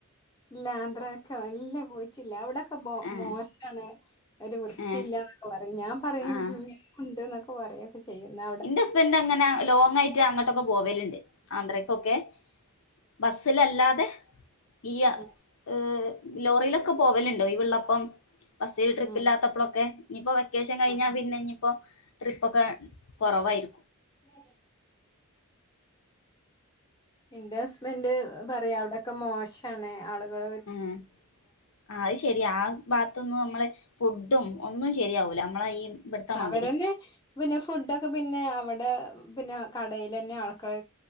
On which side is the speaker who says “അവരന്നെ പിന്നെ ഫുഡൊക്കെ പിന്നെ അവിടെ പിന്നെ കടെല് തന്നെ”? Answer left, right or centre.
Left